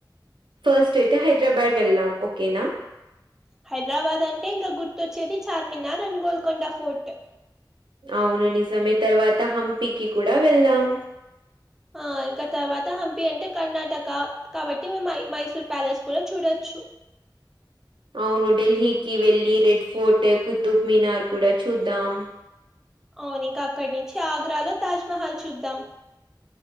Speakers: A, on the right; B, in the centre.
A: ఫస్ట్ అయితే హైదరాబాద్ వెళ్ళాం ఓకేనా
B: హైదరాబాద్ అంటే ఇంకా గుర్తొచ్చేది చార్మినార్ అండ్ గోల్కొండ ఫోర్ట్
A: అవును నిజమే తర్వాత హంపికి కూడా వెళ్దాం
B: ఆ ఇంకా తర్వాత హంపీ అంటే కర్ణాటక కాబట్టి మేము మై మైసూర్ ప్యాలెస్ కూడా చూడొచ్చు
A: అవును ఢిల్లీకి వెళ్ళి రెడ్ ఫోర్ట్ కుతుబ్ మినార్ కూడా చూద్దాం
B: అవును ఇంక అక్కడి నుంచి ఆగ్రాలో తాజ్మహల్ చూద్దాం